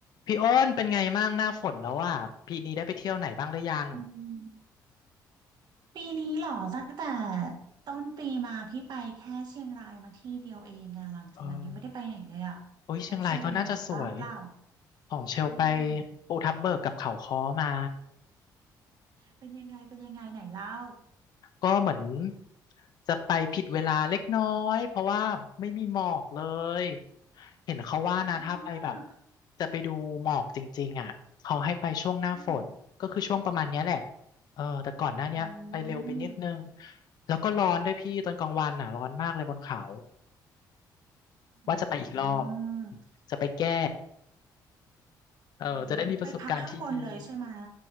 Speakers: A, on the left; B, on the right.
A: พี่อ้นเป็นไงมั่งหน้าฝนแล้วอ่ะปีนี้ได้ไปเที่ยวไหนบ้างหรือยัง
B: อืมปีนี้เหรอตั้งแต่ต้นปีมาพี่ไปแค่เชียงรายมาที่เดียวเองอะหลังจากนั้นยังไม่ได้ไปไหนเลยอะ
A: เออโอ้ยเชียงรายก็น่าจะสวย
B: แล้วเชลไปไหนมาบ้างหรือเปล่า
A: ของเชลไป
B: อืม
A: ภูทับเบิกกับเขาค้อมา
B: เป็นยังไงเป็นยังไงไหนเล่า
A: ก็เหมือนจะไปผิดเวลาเล็กน้อยเพราะว่าไม่มีหมอกเลยเห็นเขาว่านะถ้าไปแบบ
B: อ่า
A: จะไปดูหมอกจริงๆอ่ะเขาให้ไปช่วงหน้าฝนก็คือช่วงประมาณเนี้ยแหละ
B: อืม
A: เออแต่ก่อนหน้าเนี้ยไปเร็วไปนิดนึง
B: อืม
A: แล้วก็ร้อนด้วยพี่ตอนกลางวันอ่ะร้อนมากเลยบนเขา
B: อืมอื
A: ว่าจะไปอีกรอบ
B: ม
A: จะไปแก้เออจะได้มีประสบการณ์ที่ดี
B: อืมไปพักข้างบนเลยใช่ไหม